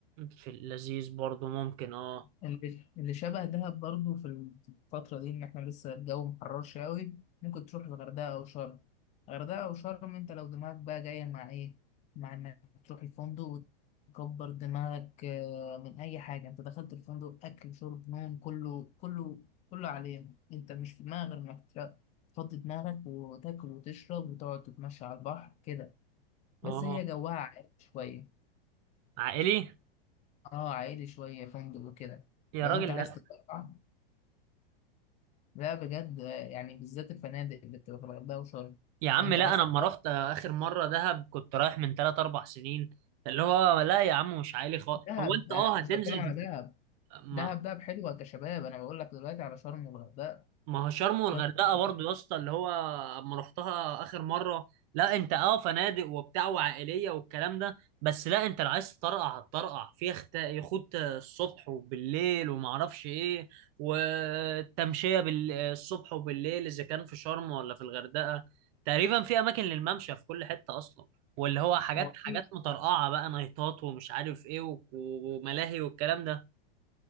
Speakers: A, on the right; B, on the left.
A: في اللذيذ برضو ممكن اه
B: اللي اللي شبه دهب برضو في الفترة دي إن إحنا لسه الجو محررش أوي ممكن تروح الغردقة أو شرم الغردقة أو شرم أنت لو دماغك بقى جاية مع إيه؟ مع إنك تروح الفندق وتكبر دماغك آه، من أي حاجة أنت دخلت الفندق أكل شرب نوم كله كله كله عليك أنت مش في دماغك غير إنك تر- تفضي دماغك وتاكل وتشرب وتقعد تتمشى على البحر كده بس
A: اه
B: هي جواها عائلي شوية
A: عائلي
B: أه عائلي شوية فندق وكده
A: يا
B: لو
A: راجل
B: أنت عايز
A: لا
B: تطلع لا بجد يعني بالذات الفنادق اللي بتبقى في الغردقة وشرم
A: يا عم
B: لو انت
A: لا
B: عايز
A: انا لما رحت اخر مرة دهب كنت رايح من 3 4 سنين اللي هو لا يا عم مش عائلي خالص
B: دهب
A: هو انت اه
B: انا مش
A: هتنزل
B: بتكلم على
A: في...
B: دهب
A: ما
B: دهب دهب حلوة كشباب انا بقول لك دلوقتي على شرم والغردقة
A: ما هو شرم والغردقه
B: شرم والغردقة
A: برضو يا اسطى اللي هو اما رحتها اخر مره لا انت اه فنادق وبتاع وعائليه والكلام ده بس لا انت لو عايز تطرقع هتطرقع في يخت يخوت الصبح وبالليل وما اعرفش ايه والتمشيه بالصبح وبالليل اذا كان في شرم ولا في الغردقه تقريبا في اماكن للممشى في كل حته اصلا واللي هو حاجات
B: هو
A: حاجات
B: كل
A: مطرقعه بقى نايتات ومش عارف ايه و- وملاهي والكلام ده